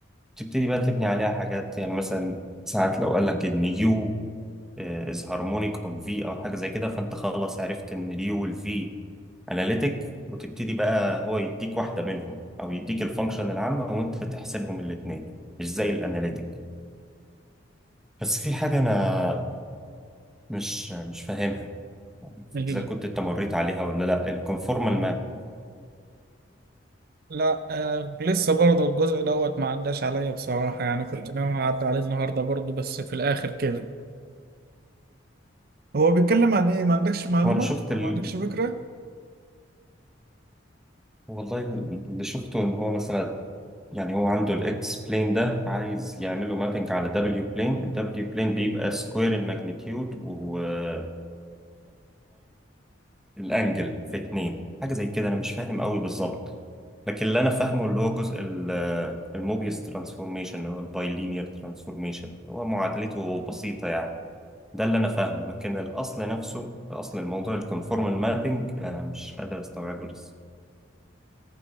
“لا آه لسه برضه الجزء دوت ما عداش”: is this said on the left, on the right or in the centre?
Right